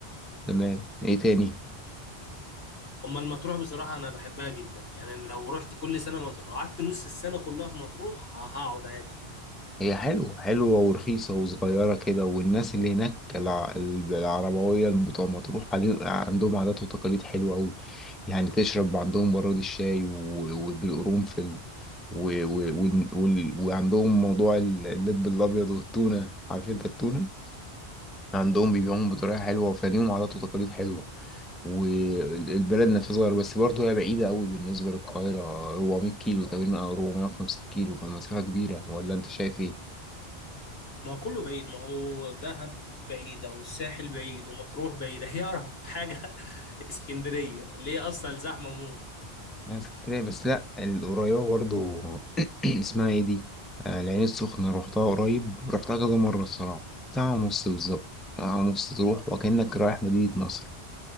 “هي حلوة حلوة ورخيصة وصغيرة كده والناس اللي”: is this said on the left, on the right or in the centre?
Centre